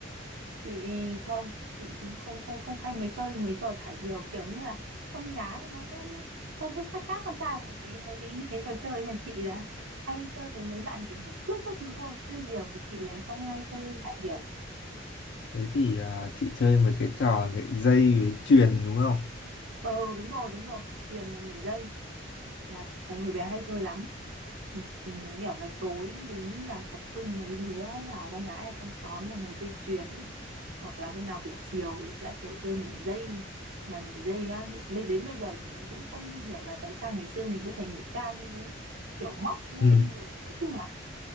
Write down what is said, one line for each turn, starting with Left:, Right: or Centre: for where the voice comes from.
Right: chị không chị cũng không không không hay mấy chơi mấy trò thả diều kiểu như là con gái nó sẽ hơi hơi khác khác con trai một tí mấy cái cái trò chơi nhà chị là hay chơi với mấy bạn kiểu nhảy cước các thứ thôi chứ diều thì chị lại không hay chơi thả diều
Left: thế thì à, chị chơi mấy cái trò nhảy dây với chuyền đúng không
Right: ờ đúng rồi đúng rồi chuyền và nhảy dây là thấy hồi bé hay chơi lắm ừ, ừ, kiểu là tối đến là tập trung mấy đứa là con gái ở trong xóm là ngồi chơi chuyền này hoặc là hôm nào buổi chiều thì sẽ kiểu chơi nhảy dây này mà nhảy dây á bây- đến bây giờ chị cũng không hiểu là tại sao ngày xưa mình có thể nhảy cao như thế kiểu móc lên
Left: Ừ.
Right: rồi nói chung là